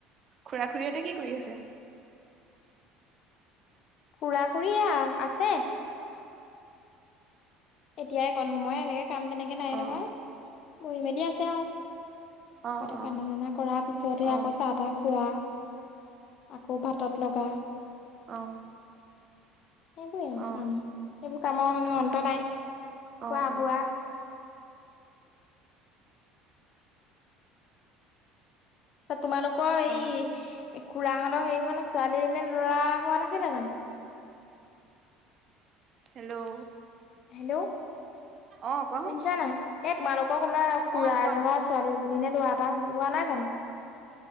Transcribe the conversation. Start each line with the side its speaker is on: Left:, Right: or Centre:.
Right: খুৰা খুৰিহতে কি কৰি আছে?
Left: খুৰা খুৰিয়ে আছে। এতিয়াই অকণ সময় এনেকে কাম তেনেকে নাই
Right: অ
Left: নহয় বহি মেলি আছে আও।
Right: অ
Left: আগতে
Right: অ
Left: পাটনা কৰা পিছতহে
Right: অ
Left: আকৌ চাহ তাহ খোৱা আকৌ ভাতত লগা
Right: অ
Left: সেইবোৰেই আৰু
Right: অ
Left: কাম এইবোৰ কামৰ মানে অন্ত নাই খোৱা
Right: অ অ
Left: বোৱা তোমালোকৰ এই
Right: অ
Left: এই খুড়াহঁতৰ হেৰিখনে ছোৱালী নে লৰা হোৱা নাছিলে জানো?
Right: হেল্ল'
Left: হেল্ল'
Right: অ কোৱাচোন
Left: শুনিচা নাই এ তোমালোকৰ কোনোবা খুৰা
Right: অ কোৱা
Left: এজনৰ ছোৱালী এজ- জনী নে লৰা এটা হোৱা নাই জানো?